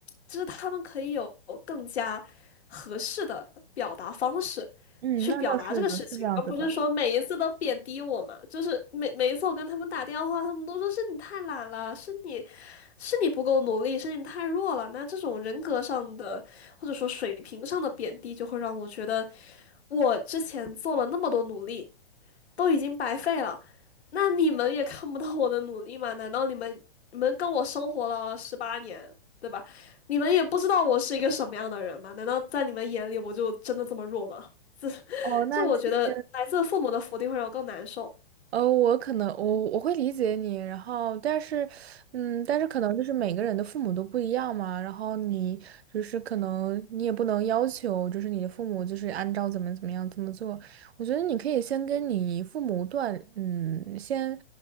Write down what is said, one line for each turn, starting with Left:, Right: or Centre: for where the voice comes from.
Left: 就是他们可以有更加合适的表达方式
Right: 嗯，
Left: 去表达这个事情，
Right: 那倒是的，是这样子的。
Left: 而不是说每一次都贬低我嘛。就是每每一次我跟他们打电话，他们都说是你太懒了，是你是你不够努力，是你太弱了。那这种人格上的或者说水平上的贬低，就会让我觉得我之前做了那么多努力，都已经白费了，那你们也看不到我的努力吗？难道你们你们跟我生活了十八年，对吧？你们也不知道我是一个什么样的人吗？难道在你们眼里我就真的这么弱吗？这
Right: 哦，
Left: 这，
Right: 那其实，
Left: 我觉得来自父母的否定会让我更难受。
Right: 呃，我可能我我会理解你，然后但是，嗯，但是可能就是每个人的父母都不一样嘛，然后你就是可能你也不能要求就是你的父母就是按照怎么怎么样怎么做，我觉得你可以先跟你父母断，嗯，先，